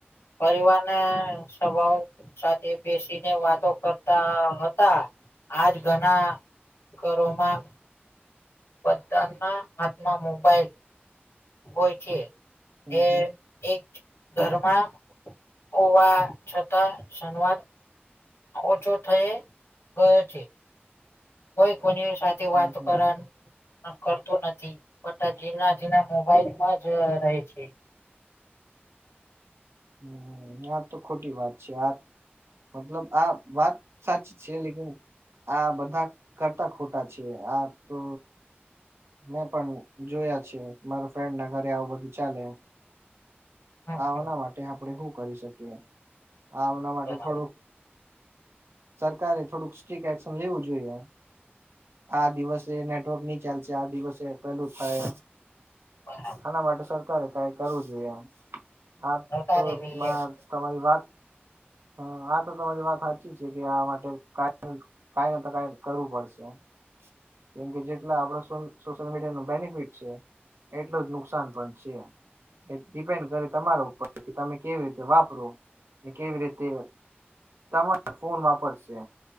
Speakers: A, on the left; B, on the right.
A: પરિવાર ને સભાઓ. સાથે બેસીને વાતો કરતા હતા, આજ ઘણા ઘરોમાં. બધાના હાથમાં મોબાઈલ હોય છે.
B: હમ
A: એ
B: હમ
A: એક. ઘરમાં હોવા છતાં સંવાદ. ઓછો થઈ ગયો છે. કોઈ કોની સાથે
B: હમ
A: વાત
B: હમ
A: કરે. પણ કરતું નથી, બટ આ જીના-જીના મોબાઈલમાં જ રહે છે.
B: હ, આ તો ખોટી વાત છે આ. મતલબ, આ વાત સાચી છે, લેક આ બધા કરતા ખોટા છે, આ તો મેં પણ જોયા છી, મારા ફ્રેન્ડ ના ઘરે આવું બધું ચાલે‌.
A: હમ
B: આવના
A: હમ
B: માટે આપણે હું કરી શકીએ. આમના માટે
A: બરાબર
B: થોડુંક સરકારે થોડુંક સ્ટ્રીક એક્શન લેવું જોઈએ આ દિવસે નેટવર્ક નહી ચાલશે ચ દિવસે પેલું થાય
A: બરાબર
B: આના માટે સર આ તો કાઈ કરવું જોઈએ એમ હા
A: સરકારે
B: તો
A: એવી એક
B: તમારી વાત હ આ તો તમારી વાત સાચી છે કે આ માટે કઈ નઈ તો કઈ કરવું પડશે કેમ કે જેટલા આપડ સોશિયલ મીડિયા ન બેનિફિટ છે એટલું જ નુકસાન પણ છે એ ડિપેન્ડ કરે તમારા ઉપર કે તમે કેવી રીતે વાપરો કેવી રીતે તમારે ફોન વાપરશે